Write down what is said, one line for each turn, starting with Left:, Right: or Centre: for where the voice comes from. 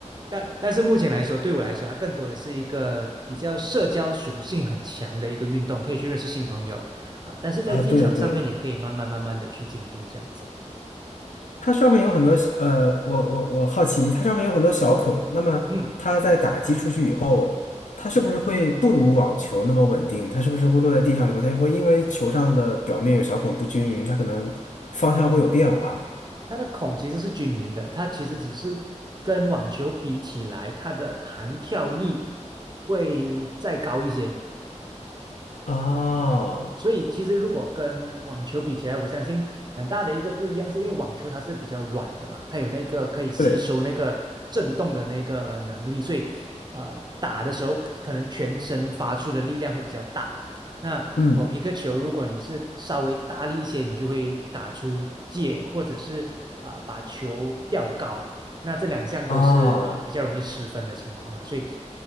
Right: 但但是目前来说，对我来说，它更多的是一个比较社交属性很强的一个运动，可以去认识新朋友啊、但是在技巧上面，
Left: 啊，对对，
Right: 也可以慢慢慢慢的去进步，这样子。
Left: 它上面有很多呃，我我我好奇，它上面有很多小孔，那么它在打击出去以后，
Right: 嗯，
Left: 它是不是会不如网球那么稳定？它是不是会落在地上以后，它会因为球上的表面有小孔不均匀，它可能方向会有变化？
Right: 它的孔其实是均匀的，它其实只是跟网球比起来，它的弹跳力会再高一些。
Left: 哦，
Right: 所以其实如果跟网球比起来，我相信很大的一个不一样，是因为网球它是比较软的嘛，它有那个可以吸收那个震动的那个能力，
Left: 对，
Right: 所以呃打的时候可能全身发出的力量会比较大。那否皮克球，
Left: 嗯，
Right: 如果你是稍微大力一些，你就会打出界，或者是啊、呃把球吊高。那这两项都是啊、
Left: 哦，
Right: 呃比较容易失分的情况了，所以